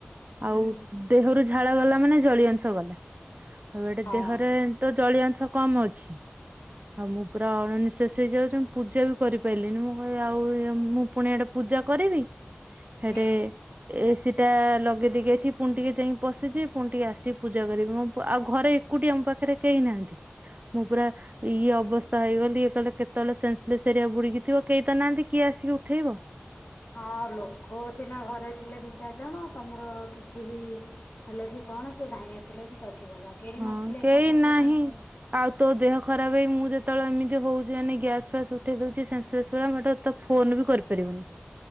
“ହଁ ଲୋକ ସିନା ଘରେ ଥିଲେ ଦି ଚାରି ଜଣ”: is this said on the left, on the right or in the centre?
Left